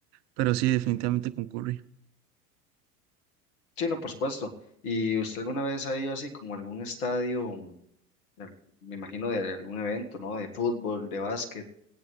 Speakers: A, on the right; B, on the left.
A: Pero sí, definitivamente con Curry.
B: Sí, no, por supuesto. ¿Y usted alguna vez ha ido así como a algún estadio, de al- me imagino de algún evento, ¿no? De fútbol, de básquet?